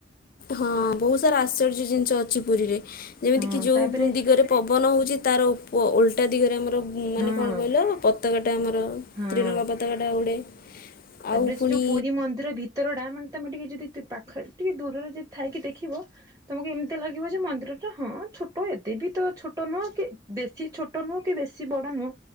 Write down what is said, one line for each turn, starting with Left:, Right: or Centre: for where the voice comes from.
Left: ହଁ ବହୁତ ସାରା ଆଶ୍ଚର୍ଯ୍ୟ ଜିନିଷ ଅଛି ପୁରୀରେ ଯେମିତିକି
Right: ହଁ
Left: ଯେଉଁ
Right: ତାପରେ
Left: ଦିଗରେ ପବନ ହେଉଛି ତା ର ଓଲଟା ଦିଗରେ ଆମର ମାନେ
Right: ହଁ
Left: କଣ କହିଲ? ପତାକାଟା ଆମର
Right: ହଁ।
Left: ତ୍ରିରଙ୍ଗା ପତାକାଟା ଉଡ଼େ ଆଉ
Right: ତାପରେ ସେ
Left: ପୁଣି
Right: ଯୋଉ ପୁରୀ ମନ୍ଦିର ଭିତର ଟା ମାନେ ତମେ ଟିକେ ଯଦି ପାଖରେ ଟିକେ ଦୂରରେ ଯଦି ଥାଇକି ଦେଖିବ ତମକୁ ଏମିତି ଲାଗିବ ଯେ ମନ୍ଦିର ଟା ହଁ ଛୋଟ ଏତେ ବି ତ ଛୋଟ ନୁହଁ କି ବେଶୀ ଛୋଟ ନୁହଁ କି ବେଶୀ ବଡ ନୁହଁ